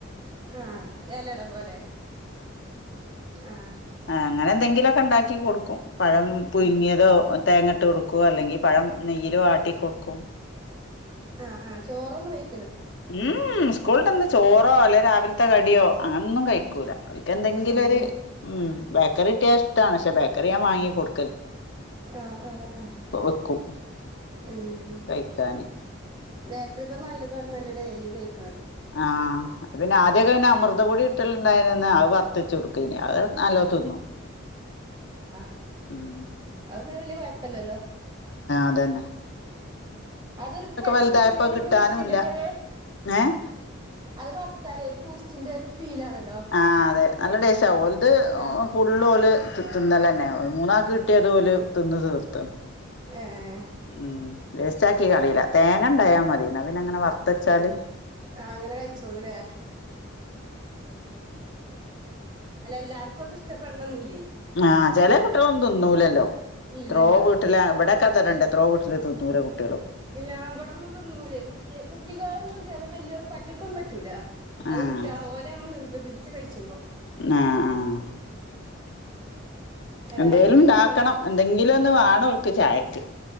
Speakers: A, on the right; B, on the left.
A: ആഹ എലട പോലെ ആ
B: ആ അങ്ങനെ എന്തെങ്കിലുക്കെണ്ടാക്കി കൊടുക്കും. പഴം പുഴുങ്ങിയതോ
A: ഏഹ്
B: തേങ്ങട്ട് കൊടുക്കുവോ അല്ലെങ്കിൽ പഴം നെയ്യില് വാട്ടി കൊടുക്കും
A: ആഹ ആഹ് ചോറൊന്ന് വയി
B: ഉം സ്കൂളിട്ടന്ന് ചോറോ അല്ലെ രാവിലത്തെ കടിയോ അങ്ങനൊന്നും കഴിക്കൂല അവര്ക്ക് എന്തെങ്കിലും
A: ഏഹ്
B: ഒരു ബാക്ക് ബേക്കറികിട്ടിയാഷ്ടാണ് ഷേ ബേക്കറി ഞാൻ വാങ്ങിക്കൊടുക്ക
A: ആഹ ആഹ ആഹ
B: വെക്കും
A: ഉം
B: കഴിക്കാന്
A: ബേക്കറി നല്ലത <unintelligible> <unintelligible>
B: ആഹ പിന്നെ ആദ്യൊക്കെ പിന്നെ അമൃതപൊടി കിട്ടലുണ്ടായിന്ന് അത് വർത്ത് കൊടുക്കും ഇ അവ നല്ല തിന്നും
A: <unintelligible>
B: ഉം
A: വലിയ കുഴപ്പല്ലല്ലോ
B: അതെ
A: അതൊരു വറുത്
B: വലുതായപ്പോ
A: കഴിഞ്ഞാല്
B: കിട്ടാനുല്ല
A: ബൂസ്റ്റിന്റെ ഒക്കെ ഒര്
B: ഏഹ്
A: അത് വറുത്താലേ ഒരു ബൂസ്റ്റിന്റെ ഫീൽ ആണല്ലോ
B: ആഹ് അതെ നല്ല ടെസ്റ്റാക്കും ഒലത്
A: ആഹ്
B: ഫുൾ ഓല് തിന്നാല് തന്നെ ആവും മൂന്നാക്കു കിട്ടിയത് പോലും തിന്ന് തീർതാനും
A: ഏഹ്
B: ഉം വേസ്റ്റ് ആക്കികളായില്ല തേങ്ങ ഉണ്ടായാൽ മതി എന്നാ പിന്നെ അങ്ങനെ വറാത് ചാല്
A: ആഹ് അങ്ങനെ കഴിച്ചോളും ഇല്ലേ അല്ല എല്ലാർക്കും അത് ഇഷ്ടപ്പെടണം എന്നില്ലേ
B: ആഹ് അ ചെല കുട്ടികൾ ഒന്നും തിന്നുന്നല്ലോ
A: ഇല്ലല്ല
B: എത്രോ വീട്ടിലാ അവിടെ ഇക്കതര ഇണ്ട് എത്രോ കുട്ടര് ത് തൂര കൂട്ട്
A: ഇല്ല അവിടെന്നും തിന്നൂലേ കുട്ടി കുട്ടിളൊന്നും ചെറിയ വല്യ പറ്റൊർക്കൊന്നും പറ്റൂല അത്
B: ആഹ്
A: കുട്ട്യേളെ ഓലെ നമ്മൾ നിർബന്ധിപ്പിച്ച ഇച്ച് വൈ
B: ആഹ് ആഹ്
A: അല്ല
B: എന്തേലും
A: അയിന്റെ
B: ഇണ്ടാക്കണം
A: ഒരു മണം
B: എന്തെങ്കിലും ഒന്ന് വാണോൽ ചായക്ക്